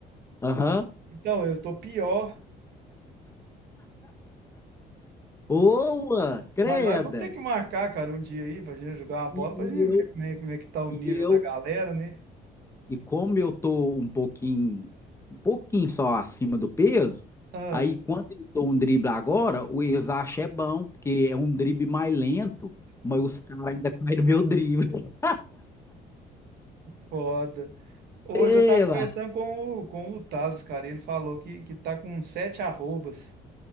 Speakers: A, on the left; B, on the right.
A: Aham.
B: Então, eu tô pior,
A: Boa, creda.
B: mas nós vamos ter que marcar, cara, um dia aí pra gente jogar uma
A: E,
B: bola, pra
A: e
B: gente ver
A: eu,
B: como é, como é que tá o
A: E
B: nível
A: eu,
B: da galera, né?
A: e como eu tô um pouquinho, um pouquinho só acima do peso,
B: Ah,
A: aí quando eu dou um drible agora, o Exache é bom, porque é um drible mais lento, mas os caras ainda caem no meu drible. <laughs>
B: foda. Hoje
A: Eba!
B: eu tava conversando com o, com o Thales, cara. Ele falou que, que tá com sete arrobas.